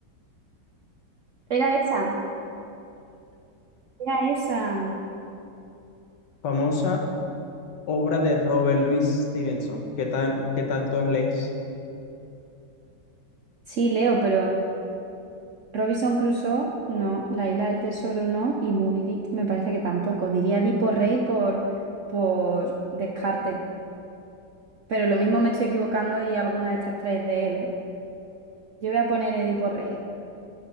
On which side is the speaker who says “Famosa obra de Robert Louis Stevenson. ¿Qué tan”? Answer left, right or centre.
Left